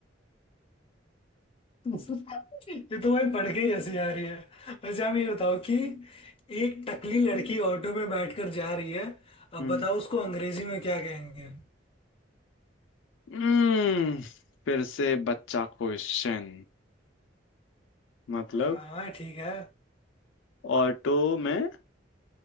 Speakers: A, on the left; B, on the left.
A: <laughs> ये तो भाई पढ़ के ही हंसी आ रही है अच्छा आप ये बताओ कि एक टकली लड़की ऑटो में बैठकर जा रही है अब
B: हम्म
A: बताओ उसको अंग्रेजी में क्या कहेंगे
B: हम्म, फिर से बच्चा क्वेश्चन मतलब
A: हाँ ठीक है
B: ऑटो में